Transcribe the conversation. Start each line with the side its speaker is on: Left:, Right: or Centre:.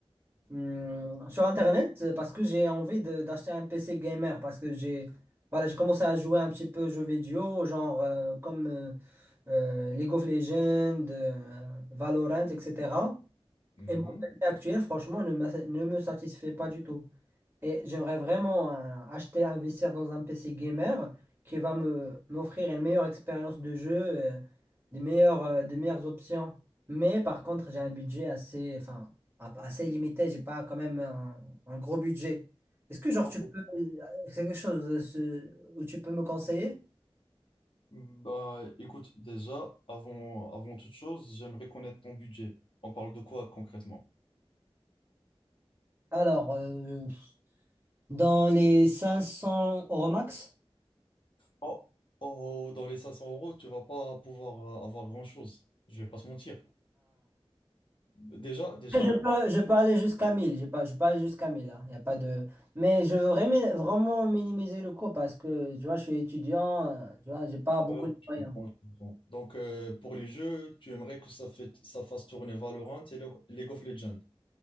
Right: hum, sur Internet euh, parce que j'ai envie de- d'acheter un PC gamer parce que j'ai voilà, j'ai commencé à jouer un petit peu aux jeux vidéo, genre euh, comme euh, euh, League of Legends, euh, Valorant, etc.
Left: Mhm.
Right: Et mon PC actuel, franchement, ne me, ne me satisfait pas du tout. Et j'aimerais vraiment euh, acheter, investir dans un PC gamer qui va me m'offrir une meilleure expérience de jeu, euh, des meilleures, euh, des meilleures options. Mais par contre, j'ai un budget assez, enfin, a- assez limité. J'ai pas quand même un, un gros budget. Est-ce que genre
Left: Ok.
Right: tu peux, euh, c'est quelque chose euh, ce- où tu peux me conseiller?
Left: Bah, écoute, déjà, avant, avant toute chose, j'aimerais connaître ton budget. On parle de quoi concrètement?
Right: Alors, euh, dans les 500 euros max?
Left: Oh, oh, dans les 500 euros, tu vas pas pouvoir euh, avoir grand-chose. Je vais pas se mentir. Déjà, déjà,
Right: Je peux, je peux aller jusqu'à mille je peux, je peux aller jusqu'à mille hein, y a pas de... Mais je veux vraiment, vraiment minimiser le coût parce que, tu vois, je suis étudiant, euh, tu vois, j'ai pas beaucoup
Left: ouais, ouais,
Right: de
Left: je
Right: moyens.
Left: comprends, je comprends. Donc, euh, pour les jeux, tu aimerais que ça, fait, ça fasse tourner Valorant et Lo- League of Legends.